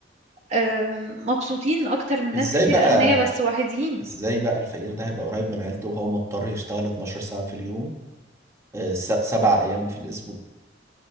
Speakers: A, on the right (about 40°); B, on the right (about 15°).
A: آه مبسوطين أكتر من
B: إزاي
A: ناس كتير
B: بقى
A: أغنياء بس وحيدين
B: إزاي بقى الفقير ده هيبقى قريب من عيلته وهو مضطر يشتغل 12 ساعة في اليوم آه، س- سبع أيام في الأسبوع